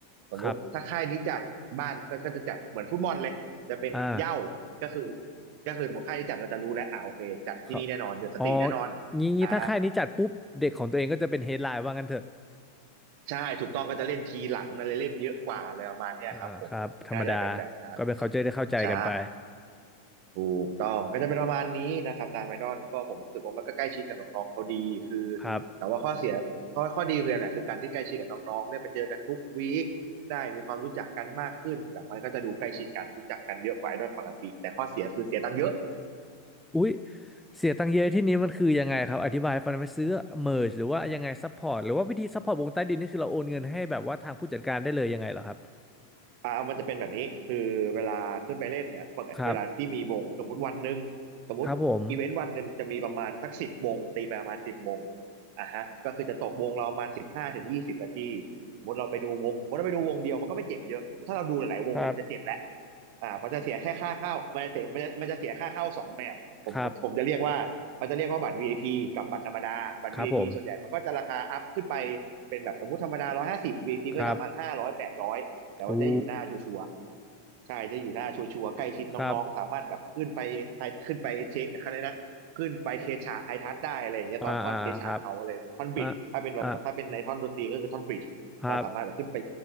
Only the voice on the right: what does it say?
สมมุติถ้าค่ายนี้จัดบ้านก็ก็จะจัดเหมือนฟุตบอลเลยจะเป็นเหย้าก็คือ
ก็คือสมมติค่ายนี้จัดเราจะรู้แล้วอ่าโอเคจัดที่นี่แน่นอนเดอะสตรีทแน่นอน
อ่าใช่ถูกต้องก็จะเล่นทีหลังอะไรเล่นเยอะกว่าอะไรประมาณเนี้ยครับผมก็จะเป็นแบบนั้น
ใช่ ถูกต้องก็จะเป็นประมาณนี้นะครับตามไอดอลก็ผมรู้สึกว่ามันก็ใกล้ชิดกับน้องๆเขาดีคือ
แต่ว่าข้อเสียข้อข้อดีคืออะไรคือการที่ใกล้ชิดกับน้องๆได้ไปเจอกันทุกวีคได้มีความรู้จักกันมากขึ้นแบบมันก็จะดูใกล้ชิดกันรู้จักกันเยอะกว่าไอดอลปกติแต่ข้อเสียคือเสียตังค์เยอะ
อ่ามันจะเป็นแบบนี้คือเวลาขึ้นไปเล่นเนี่ยปกติเวลาที่มีวงสมมติวันหนึ่ง
สมมติอีเวนต์วันหนึ่งจะมีประมาณสักสิบวงตีไปประมาณสิบวง
อ่ะฮะก็คือจะตกวงเราประมาณสิบห้าถึงยี่สิบนาทีสมมติเราไปดูวงสมมติเราไปดูวงเดียวมันก็ไม่เจ็บเยอะถ้าเราดูหลายๆวงเนี่ยมันจะเจ็บแหละ
อ่ามันจะเสียแค่ค่าเข้ามันจะเสียมันจะมันจะเสียค่าเข้าสองแบบผมผมผมจะเรียกว่าเขาจะเรียกว่าบัตรวีไอ
i ีกับบัตรธรรมดาบัตร
VIP ส่วนใหญ่มันก็จะราคาอัพขึ้นไปเป็นแบบสมมุติธรรมดาหนึ่งร้อยห้าสิบวีไอ i ีก็จะประมาณห้าร้อยแปดร้อย
แต่ว่าจะอยู่หน้าชัวร์ๆใช่
จะอยู่หน้าชัวร์ๆใกล้ชิดน้องๆ
สามารถแบบขึ้นไปไฮขึ้นไปเชคอะไรนะขึ้นไปเคชะไฮทัชได้อะไรอย่างเงี้ยตอนท่อนเคชะเขาอะไรท่อนบิดถ้าเป็นแบบถ้าเป็นในท่อนดนตรีก็คือท่อนบริดจ์เราสามารถแบบขึ้นไป